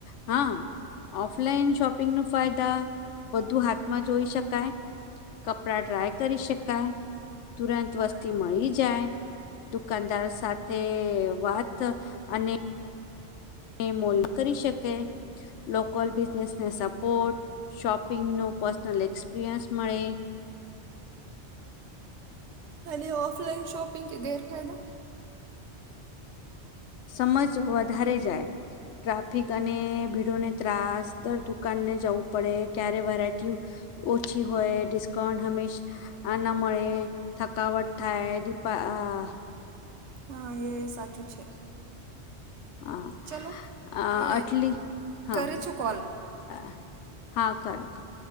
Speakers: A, on the left; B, on the right.
A: હા. ઓફલાઈન શોપિંગ નું ફાયદા, બધું હાથમાં જોઈ શકાય. કપડા ટ્રાય કરી શકાય તુરંત વસ્તી મળી જાય દુકાનદારો સાથે વાત અને ને મોલ કરી શકે. લોકલ બિઝનેસને સપોર્ટ શોપિંગ નું પર્સનલ એક્સપિરિયન્સ મળે.
B: ખાલી ઓફલાઇન શોપિંગ કે ગેર ફાયદા
A: સમજ વધારે જાય. ટ્રાફિક અને ભીડોને ત્રાસ દર દુકાનને જવું પડે ક્યારે વેરાયટી ઓછી હોય ડિસ્કાઉન્ટ હંમેશ આનામ મળે થકાવટ થાય દીપા આ
B: હા એ સાચું છે.
A: હા
B: ચલો
A: આ
B: અ
A: અટલી હા
B: કરે છું કોલ
A: હ હા કર કર